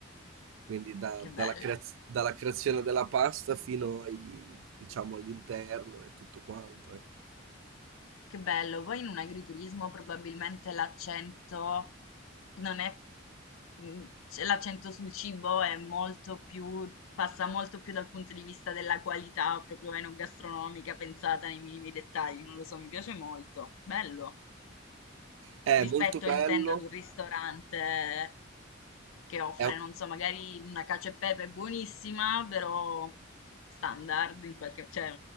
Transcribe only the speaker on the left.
Che
bello,
che bello. Poi in un agriturismo probabilmente l'accento non è, mh, cioè, l'accento sul cibo è molto più, passa molto più dal punto di vista della qualità proprio enogastronomica, pensata nei minimi dettagli, non lo so, mi piace molto. Bello.
Rispetto,
intendo, ad un ristorante che offre,
non so, magari una cacio e pepe buonissima, però standard in qualche, cioè